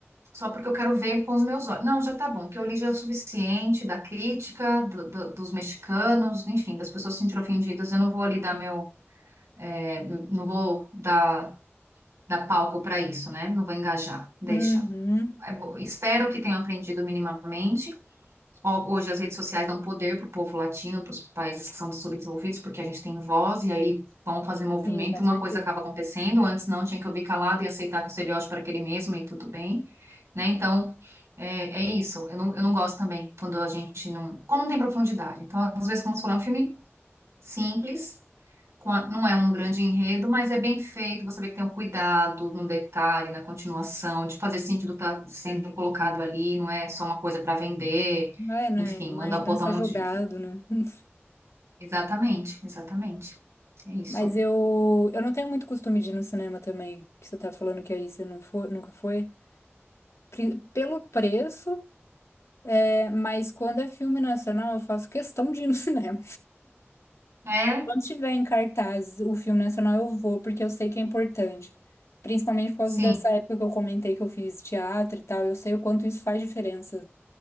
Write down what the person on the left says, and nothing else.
<laughs> Sim.
Uhum,
sim, com
certeza.
É, né?
Não
é ajudar
só
jogado,
né? <laughs>
Mas eu, eu não tenho muito costume de ir no cinema também, que você tá falando que aí você não foi, nunca foi. pri- pelo preço, é, mas quando é filme nacional, eu faço questão de ir no <laughs> cinema.
Quando tiver em cartaz o filme nacional, eu vou, porque eu sei que é importante. Principalmente por causa
dessa época que eu comentei que eu fiz teatro e tal, eu sei o quanto isso faz diferença.